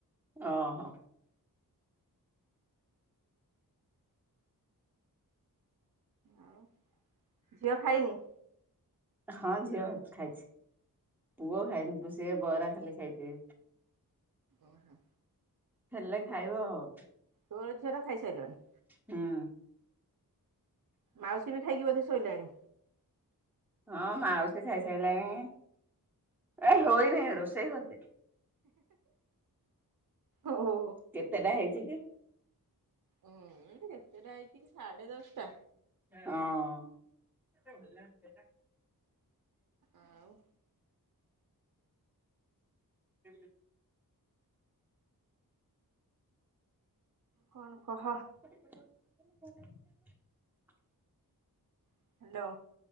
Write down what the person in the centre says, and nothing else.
ଓ ହୋ।
ହଁ ଯିଅ ଖାଇଛି। ପୁଅ ଖାଇନି ସେ ବ ଖାଲି ଖାଇଛି।
ହେଲେ ଖାଇବ ଆଉ।
ହୁଁ
ହଁ ମାଉସୀ ଖାଇସାଇଲାଣି ଏ ହୋଇନି ରୋଷେଇ କରଛି।
କେତେଟା ହେଇଛି କି?
ହଁ। ଦେଖଓ
<unintelligible> <inaudible>
ପରିପଡ଼ି <unintelligible>